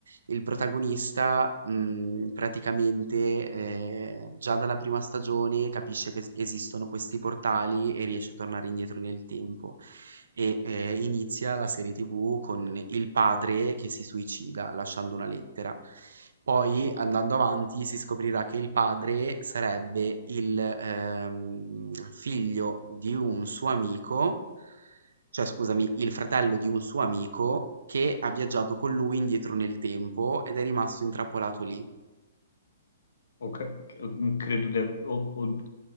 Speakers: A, on the right; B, on the left.
A: Il protagonista mm, praticamente eh, già dalla prima stagione capisce che es- esistono questi portali e riesce a tornare indietro nel tempo e, ehm, inizia la serie TV con il padre che si suicida lasciando una lettera. Poi andando avanti si scoprirà che il padre sarebbe il, ehm, figlio di un suo amico cioè scusami, il fratello di un suo amico che ha viaggiato con lui indietro nel tempo ed è rimasto intrappolato lì.
B: ok, mm, credo di, o- o-